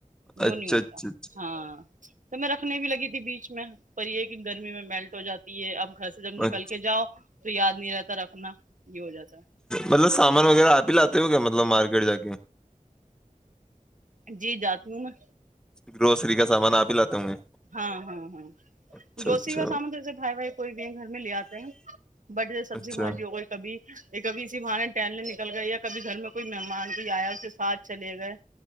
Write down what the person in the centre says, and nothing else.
اچھا
اچھا
اچھا
مطلب سامان وغیرہ آپ ہی لاتے ہو گ کیا مطلب مارکیٹ ج کے
گروسری کا سامان آپ ہی لاتے ہوں گے
اچھا
اچھا
اچھا